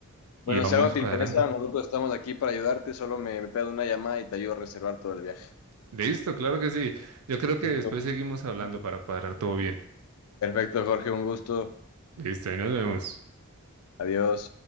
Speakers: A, on the left; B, on the right.
A: Bueno,
B: y vamos
A: si algo te
B: cuadrando.
A: interesa, nosotros estamos aquí para ayudarte, solo me, me pedo una llamada y te ayudo a reservar todo el viaje.
B: Listo, claro que sí. Yo creo que
A: Listo.
B: después seguimos hablando para cuadrar todo bien.
A: Perfecto, Jorge, un gusto.
B: Listo, y nos vemos.
A: Adiós.